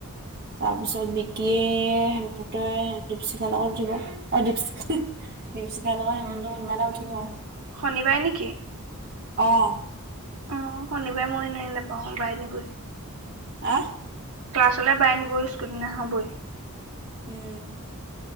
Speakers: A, on the right; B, on the right.
A: তাৰপিছত বিকিয়ে হেমন্তই দীপশিখা লগত উঠিব অ দপশিখা। দিপশিকা লগত হেমান্ত্ৰ কোনোবা এটা উঠিব আৰু।
B: শনিবাৰে নেকি?
A: অহ
B: অ' শনিবাৰে মই এনেই নাপাও বাইনবই।
A: অহ
B: ক্লাছলৈ বাই নিব স্কুল দিনা হ'বই।
A: উম